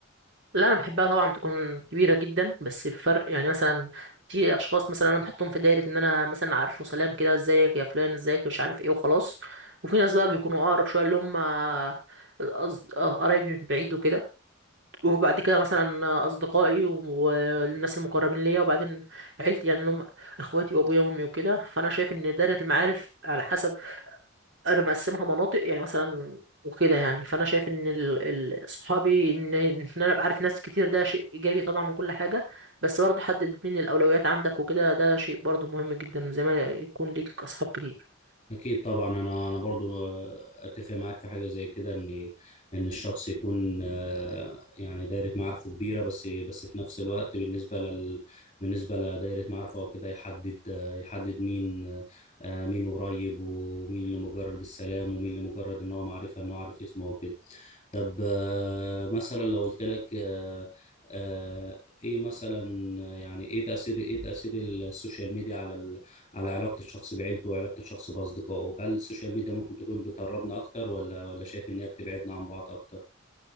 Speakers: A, on the right; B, on the left.
A: لا انا بحبها طبعا تكون كبيره جدا بس الفرق يعني مثلا في اشخاص مثلا انا بحطهم في دايره ان انا مثلا عارفه سلام كده ازيك يا فلان ازيك مش عارف ايه وخلاص وفي ناس بقى بيكونوا اقرب شويه اللي هم أصد- آه، قرايبي من بعيد وكده وبعد كده مثلا اصدقائي والناس المقربين ليا وبعدين عيلتي يعني اللي هم اخواتي وابويا وامي وكده فانا شايف ان دايره المعارف على حسب انا مقسمها مناطق يعني مثلا وكده يعني فانا شايف ان ال- ال- صحابي ان ان انا ابقى عارف ناس كتير ده شيء ايجابي طبعا وكل حاجه بس برضه حدد مين الاولويات عندك وكده ده شيء برضه مهم جدا زي ما يكون ليك اصحاب كتير
B: أكيد طبعا أنا أنا برضو آه، أتفق معاك في حاجة زي كده إن إن الشخص يكون آه، يعني دايرة معارفه كبيرة بس بس في نفس الوقت بالنسبة لل بالنسبة لدايرة معارفه أو كده يحدد آه، يحدد مين آه، مين قريب ومين اللي مجرد السلام ومين اللي مجرد إن هو معرفة إن هو عارف اسمه وكده طب آه، مثلا لو قلت لك آه، آه، إيه مثلا يعني إيه تأثير إيه تأثير السوشيال ميديا على على علاقة الشخص بعيلته وعلاقة الشخص بأصدقائه هل السوشيال ميديا ممكن تكون بتقربنا أكتر ولا ولا شايف إن هي بتبعدنا عن بعض أكتر؟